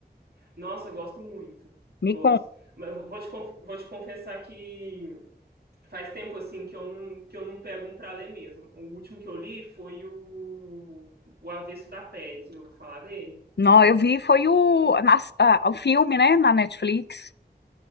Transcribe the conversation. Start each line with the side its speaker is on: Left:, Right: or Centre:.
Right: Nossa, eu gosto muito.
Left: Me
Right: Gosto.
Left: conta.
Right: Mas eu vou te, conf- vou te confessar que Faz tempo assim que eu não, que eu não pego um pra ler mesmo. O último que eu li foi o, o Avesso da Pele, você já ouviu falar dele?
Left: Não, eu vi foi o nas- a- o filme, né, na Netflix.